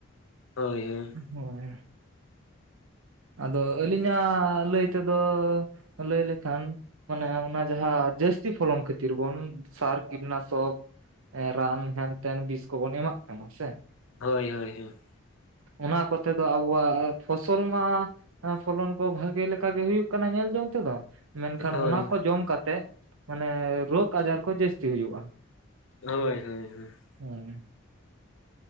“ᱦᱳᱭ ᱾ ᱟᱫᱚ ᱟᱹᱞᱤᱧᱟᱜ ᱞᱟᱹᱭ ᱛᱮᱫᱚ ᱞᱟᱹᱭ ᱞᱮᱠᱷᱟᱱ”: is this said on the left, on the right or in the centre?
Right